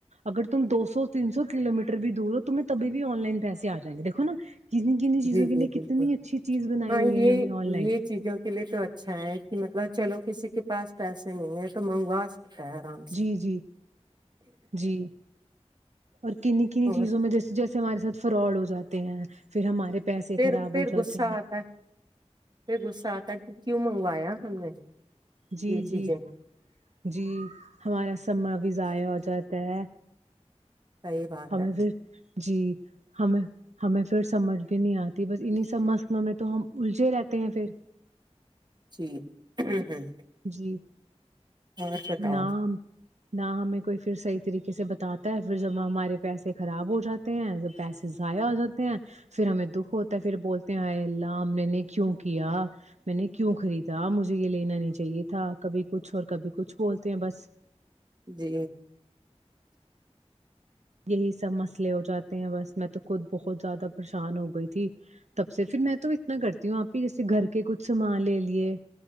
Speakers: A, on the right (about 75°); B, on the right (about 40°).
A: اگر تم دو سو تین سو کلومیٹر بھی دور ہو تمہیں کبھی بھی ان لائن پیسے اجائیں گے دیکھو نا جی کتنی کتنی چیزوں
B: جی
A: کے لیے کتنی
B: بالکل
A: اچھی چیز بنائی
B: ہاں
A: ہوئی ہے
B: یہ
A: انوں نے
B: یہ
A: آن لائن
B: چیزوں کے لیے تو اچھا ہے کہ مطلب مطلب چلو کسی کے پاس پیسے نہیں ہے تو منگوا سکتا ہے آرام
A: جی
B: سے
A: جی جی اور کننی کننی
B: اور
A: چیزوں میں جیسے جیسے ہمارے ساتھ فراڈ ہو جاتے ہیں پھر ہمارے پیسے
B: پھر
A: خراب
B: پھر
A: ہو جاتے
B: غصہ
A: ہیں
B: آتا ہے پھر غصہ آتا ہے کہ کیوں منگو وایا ہم نے
A: جی
B: یہ
A: جی
B: چیزیں
A: جی ہمارا سماں بھی ضائع ہو جاتا ہے
B: صحیح بات
A: ہمیں
B: ہے
A: پھر جی ہمیں ہمیں پھر سمجھ بھی نہیں آتی بس انہیں سب مسلوں میں تو ہم الجے رہتے ہیں پھر
B: جی ہہمہم
A: جی
B: اور بتاؤ
A: نہ ہم نہ ہمیں کوئی پھر صحیح طریقے سے بتاتا ہے پھر جب ہمارے پیسے خراب ہو جاتے ہیں جب پیسے ضائع ہو جاتے ہیں پھر ہمیں دکھ ہوتا ہے پھر بولتے ہیں ہائے اللہ میں نے کیوں کیا میں نے کیوں خریدا مجھے یہ لینا نہیںاہی چاہیے تھا کبھی کچھ اور کبھی کچھ بولتے ہیں بس
B: جی
A: یہی سب مسئلے ہو جاتے ہیں بس میں تو خود بہت زیادہ پریشان ہو گئی تھی تب سے پھر میں تو اتنا کرتی ہوں آپ ہی جیسے گھر کے کچھ سامان لے لیے